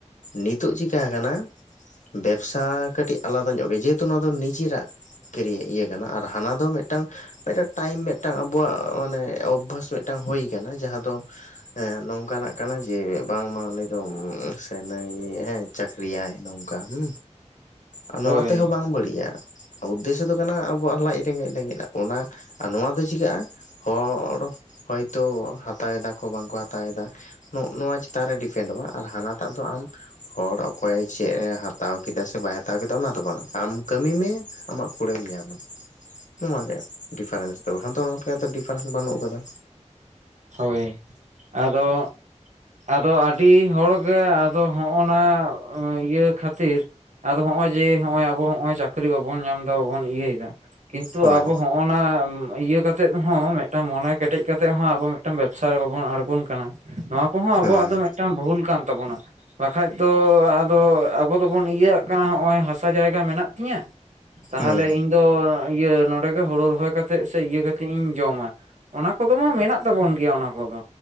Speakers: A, on the left; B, on the right.
A: ᱱᱤᱛᱩᱜ ᱪᱤᱠᱟ ᱟᱠᱟᱱᱟ ᱵᱮᱵᱽᱥᱼᱼ ᱟᱸᱻ ᱠᱟᱹᱴᱤᱡ ᱟᱞᱟᱫᱟ ᱧᱚᱜ ᱜᱮᱭᱟ ᱡᱮ ᱦᱮᱛᱩ ᱱᱚᱣᱟ ᱫᱚ ᱱᱤᱡᱮᱨᱟᱜ ᱠᱮᱨᱤᱭᱟᱹ ᱤᱭᱟᱹ ᱠᱟᱱᱟ ᱟᱨ ᱦᱟᱱᱟ ᱫᱚ ᱢᱮᱜᱴᱟᱝᱼᱼ ᱢᱤᱫᱴᱟᱝ ᱴᱟᱭᱤᱢ ᱢᱤᱫᱴᱟᱝ ᱟᱵᱚᱣᱟᱜ ᱢᱟᱱᱮ ᱚᱵᱷᱟᱥ ᱢᱤᱫᱴᱟᱝ ᱦᱩᱭ ᱠᱟᱱᱟ ᱡᱟᱦᱟᱸ ᱫᱚᱼᱼ ᱦᱮᱸ ᱱᱚᱝᱠᱟ ᱱᱟᱜᱼᱼ ᱠᱟᱱᱟ ᱡᱮ ᱵᱟᱝ ᱢᱟ ᱩᱱᱤ ᱫᱚᱻᱢᱮ ᱥᱮ ᱱᱟᱹᱭ ᱦᱮᱸ ᱪᱟᱹᱠᱨᱤ ᱭᱟᱭ ᱱᱚᱝᱠᱟ ᱦᱩᱸ᱾ ᱟᱨ ᱱᱚᱣᱟ
B: ᱦᱳᱭ
A: ᱛᱮᱦᱚᱸ ᱵᱟᱝ ᱵᱟᱹᱲᱤᱡ-ᱟ᱾ ᱩᱫᱽᱫᱮᱥᱚ ᱫᱚ ᱠᱟᱱᱟ ᱟᱵᱚᱣᱟᱜ ᱞᱟᱡ ᱨᱮᱸᱜᱮᱡ ᱞᱟᱹᱜᱤᱫ ᱚᱱᱟ ᱱᱚᱶᱟ ᱫᱚ ᱪᱤᱠᱟᱜ-ᱟ᱾ ᱦᱚᱲ ᱦᱚᱭᱛᱚ ᱦᱟᱛᱟᱭ ᱫᱟᱠᱚ ᱵᱟᱝ ᱠᱚ ᱦᱟᱛᱟ ᱭᱮᱫᱟ᱾ ᱱᱚᱜ-ᱱᱚᱣᱟ ᱪᱮᱛᱟᱱ ᱨᱮ ᱰᱤᱯᱮᱱᱰᱚᱜ-ᱟ ᱟᱨ ᱦᱟᱱᱟ ᱴᱟᱜ ᱫᱚ ᱟᱢ ᱦᱚᱲ ᱚᱠᱚᱭ ᱪᱮᱜ ᱮ ᱦᱟᱛᱟᱣᱼᱼ ᱠᱮᱫᱟ ᱥᱮ ᱵᱟᱭ ᱦᱟᱛᱟᱣ ᱠᱮᱫᱟ ᱚᱱᱟ ᱫᱚ ᱵᱟᱝ ᱟᱢ ᱠᱟᱹᱢᱤ ᱢᱮ ᱟᱢᱟᱜ ᱠᱩᱲᱟᱹ ᱮᱭᱢ ᱧᱟᱢᱟ᱾ ᱱᱚᱣᱟ ᱜᱮ ᱰᱤᱯᱷᱟᱨᱮᱱᱥ ᱫᱚ ᱵᱟᱠᱷᱟᱱ ᱛᱚ ᱱᱚᱝᱠᱟ ᱫᱚ ᱰᱤᱯᱷᱟᱨᱮᱱᱥ ᱵᱟᱹᱱᱩᱜ ᱟᱠᱟᱫᱟ᱾
B: ᱦᱳᱭ ᱟᱫᱚᱼᱼ ᱟᱫᱚ ᱟᱹᱰᱤ ᱦᱚᱲ ᱜᱮ ᱟᱫᱚ ᱦᱚᱸᱜ-ᱚᱱᱟ ᱤᱭᱟᱹ ᱠᱷᱟᱹᱛᱤᱨᱼᱼ ᱟᱫᱚ ᱦᱚᱸᱜ-ᱚᱭ ᱡᱮ ᱦᱚᱸᱜ-ᱚᱭ ᱟᱵᱚ ᱦᱚᱸᱜ-ᱚᱭ ᱪᱟᱠᱨᱤ ᱵᱟᱵᱚᱱ ᱧᱟᱢ ᱫᱟ ᱵᱟᱵᱚᱱ ᱤᱭᱟᱹᱭᱮᱫᱟ ᱠᱤᱱᱛᱩ
A: ᱦᱳᱭ
B: ᱟᱵᱚ ᱦᱚᱸᱼᱼ ᱚᱱᱟ ᱩᱢ‌ ᱤᱭᱟᱹ ᱠᱟᱛᱮᱫ ᱦᱚᱸ ᱢᱤᱫᱴᱟᱝ ᱢᱚᱱᱮ ᱠᱮᱴᱮᱡ ᱠᱟᱛᱮᱜ ᱦᱚᱸ ᱟᱵᱚ ᱢᱤᱫᱴᱟᱝ ᱵᱮᱵᱽᱥᱟ ᱨᱮ ᱵᱟᱵᱚᱱ ᱟᱬᱜᱚᱱ ᱠᱟᱱᱟ᱾ ᱱᱚᱣᱟ ᱠᱚᱦᱚᱸ ᱟᱵᱚᱣᱟᱜ
A: ᱦᱮᱸ
B: ᱫᱚ ᱢᱮᱜᱴᱟᱝ ᱵᱷᱩᱞ ᱠᱟᱱ ᱛᱟᱵᱚᱱᱟ᱾ ᱵᱟᱠᱷᱟᱡ ᱫᱚ ᱟᱫᱚ ᱟᱵᱚ ᱫᱚᱵᱚᱱ ᱤᱭᱟᱹᱜ ᱠᱟᱱᱟ ᱦᱚᱸᱜ-ᱚᱭ ᱦᱟᱥᱟ ᱡᱟᱭᱜᱟ ᱢᱮᱱᱟᱜ ᱛᱤᱧᱟᱼᱼᱹ ᱛᱟᱦᱚᱞᱮ
A: ᱦᱮᱸ
B: ᱤᱧ ᱫᱚ ᱤᱭᱟᱹ ᱱᱚᱱᱰᱮ ᱜᱮ ᱦᱩᱲᱩ ᱨᱚᱦᱚᱭ ᱠᱟᱛᱮᱜ ᱥᱮ ᱤᱭᱟᱹ ᱠᱟᱛᱮᱜ ᱤᱧ ᱡᱚᱢᱟ᱾ ᱚᱱᱟ ᱠᱚᱫᱚ ᱢᱟ ᱢᱮᱱᱟᱜ ᱛᱟᱵᱚᱱ ᱜᱮᱭᱟ ᱚᱱᱟ ᱠᱚᱫᱚ